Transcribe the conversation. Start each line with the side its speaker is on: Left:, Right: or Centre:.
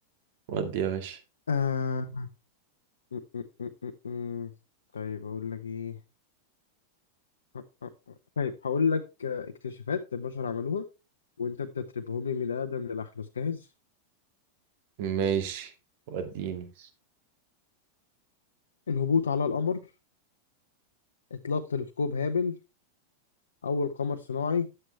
Right: ودي يا باشا
Left: آه. م- م- م- م- م. طيب أقول لك إيه أ- أ- أ. طيب هقول لك آه، اكتشافات البشر عملوها وأنت تتربهم لي من الأقدم للأحدث جاهز
Right: ماشي وديني
Left: الهبوط على القمر إطلاق تلسكوب هابل أول قمر صناعي